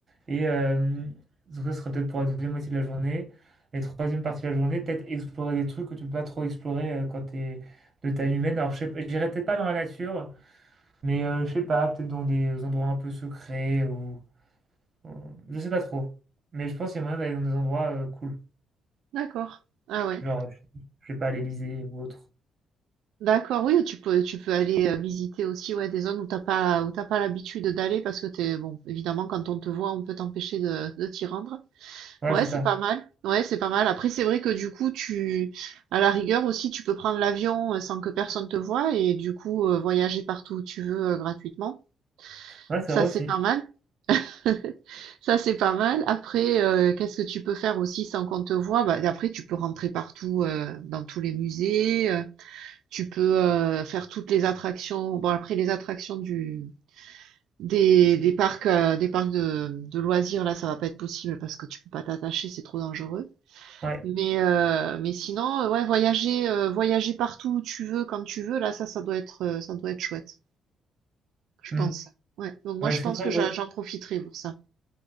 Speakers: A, on the right; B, on the right.
A: Et euh, donc ça serait peut-être pour la deuxième moitié de la journée. Et troisième partie de la journée, peut-être explorer des trucs que tu peux pas trop explorer euh, quand t'es de taille humaine. Alors je sais, pas- j'irai peut-être pas dans la nature, mais euh, je sais pas, peut-être dans des endroits un peu secrets ou ou- je sais pas trop. Mais je pense qu'il y a moyen d'aller dans des endroits euh, cool,
B: D'accord. Ah ouais.
A: genre je je sais pas à l'Élysée ou autre.
B: D'accord, oui, tu peux tu peux aller, heu, visiter aussi, ouais, des zones où t'as pas où t'as pas l'habitude d'aller parce que t'es bon, évidemment, quand on te voit, on peut t'empêcher de de t'y rendre.
A: Ouais,
B: Ouais,
A: c'est ça.
B: c'est pas mal. Ouais, c'est pas mal. Après, c'est vrai que du coup, tu, à la rigueur aussi, tu peux prendre l'avion euh, sans que personne te voie et du coup, euh, voyager partout où tu veux euh, gratuitement.
A: Ouais, c'est
B: Ça,
A: vrai
B: c'est
A: aussi.
B: pas mal. <laughs> Ça, c'est pas mal. Après, euh, qu'est-ce que tu peux faire aussi sans qu'on te voie? Bah, après, tu peux rentrer partout, euh, dans tous les musées. euh, tu peux euh, faire toutes les attractions. Bon, après, les attractions du des, des parcs, euh, des parcs de, de loisirs, là, ça va pas être possible parce que tu peux pas t'attacher, c'est trop dangereux.
A: Ouais.
B: Mais, heu, mais sinon, heu, ouais, voyager, heu, voyager partout où tu veux, quand tu veux, là, ça, ça doit être, heu, ça doit être chouette, je
A: hmm.
B: pense. Ouais, donc moi,
A: Ouais,
B: je
A: est-ce
B: pense
A: que Fred-
B: que j'en
A: ouais.
B: j'en profiterai pour ça.